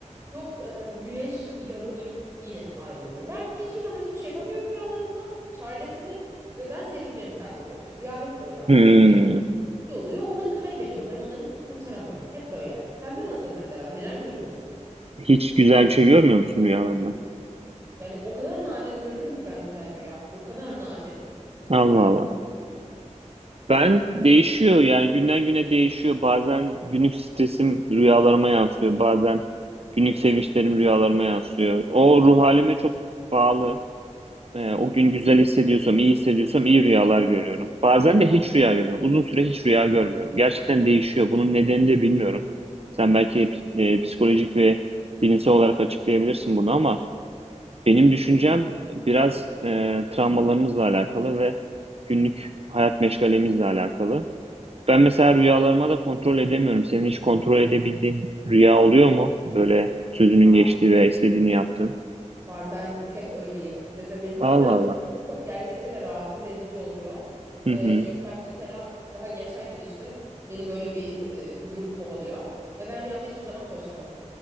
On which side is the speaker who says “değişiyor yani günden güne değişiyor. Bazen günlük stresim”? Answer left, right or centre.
Right